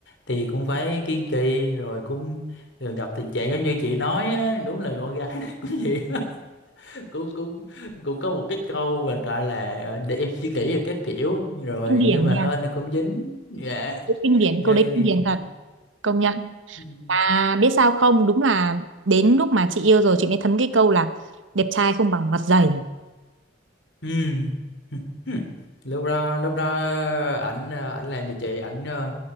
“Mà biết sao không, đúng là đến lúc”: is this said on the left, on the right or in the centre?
Right